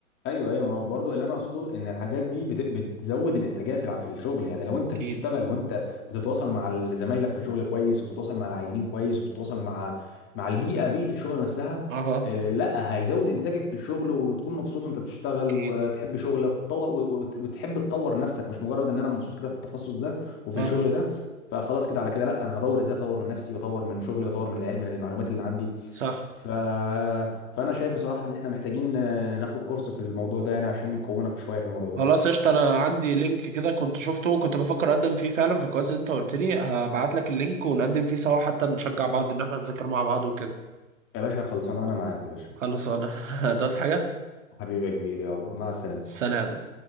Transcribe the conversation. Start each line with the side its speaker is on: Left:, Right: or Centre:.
Left: ايوه ايوه ما هو برضه اللي انا اقصده ان الحاجات دي بت... بتزود الانتاجيه في الع- في الشغل يعني لو انت بتشتغل
Right: أكيد
Left: وانت بتتواصل مع ال- زمايلك في الشغل كويس وبتتواصل مع العينين كويس وبتتواصل مع مع البيئه بيئه الشغل نفسها
Right: أها
Left: آه لا هيزود انتاجك في الشغل وتكون مبسوط وانت بتشتغل
Right: أكيد
Left: وتحب شغلك وتطور و... وت... وتحب تطور نفسك مش مجرد ان انا مبسوط كده في التخصص ده وفي
Right: أها
Left: الشغل ده فخلاص كده على كده لا انا هدور ازاي اطور من نفسي واطور من شغلي واطور من العلم من المعلومات اللي عندي
Right: صح
Left: ف... فانا شايف بصراحه ان احنا محتاجين ناخد كورس في الموضوع ده يعني عشان يقوينا شويه في الموضوع ده
Right: خلاص قشطة أنا عندي لينك كده كنت شفته وكنت بفكر أقدم فيه فعلا فكويس إن أنت قلت لي هبعت لك اللينك ونقدم فيه سوا حتى نشجع بعض إن إحنا نذاكر مع بعض وكده
Left: يا باشا خلصان انا معاك يا باشا
Right: خلاص انا <laughs> هتعوز حاجة
Left: حبيبي يا كبير يلا مع السلامه
Right: سلام